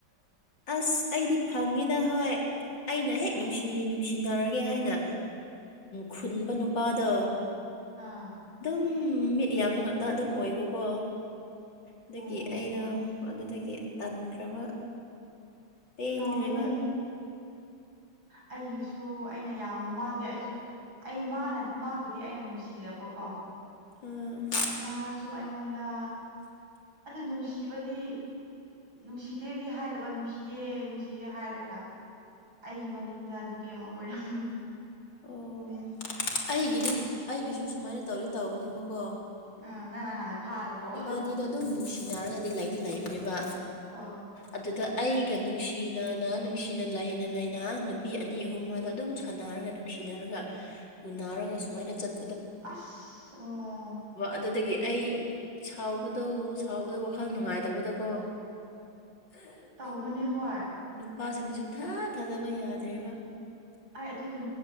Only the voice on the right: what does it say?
ꯑꯁ
ꯑꯥ
ꯑꯣ
ꯇꯧꯕꯅꯦ ꯑꯩꯒꯤꯁꯨ ꯑꯩꯅ ꯌꯥꯝꯅ ꯃꯥꯁꯦ ꯑꯩꯁꯨ ꯑꯩ ꯃꯥꯅ ꯃꯥꯕꯨꯗꯤ ꯑꯩꯅ ꯅꯨꯡꯁꯤꯖꯕ ꯀꯣꯀꯣ
ꯃꯥꯁꯨ ꯑꯩꯉꯣꯟꯗ ꯑꯗꯨ ꯅꯨꯡꯁꯤꯕꯗꯤ ꯅꯨꯡꯁꯤꯗꯦꯗꯤ ꯍꯥꯏꯗꯕ ꯅꯨꯡꯁꯤꯌꯦ ꯅꯨꯡꯁꯤꯌꯦ ꯍꯥꯏꯔꯒ ꯑꯩꯒꯤ ꯃꯅꯤꯡꯗ ꯅꯨꯄꯤ ꯑꯃ ꯀꯣꯏꯔꯝꯕꯅꯤ
ꯑꯥ ꯅꯪꯅ ꯍꯥꯟꯅ ꯐꯥꯔꯕꯣ
ꯑ
ꯑꯁ ꯑꯣ
ꯇꯧꯕꯅꯦ ꯍꯣꯏ
ꯑꯩ ꯑꯗꯨꯒꯤ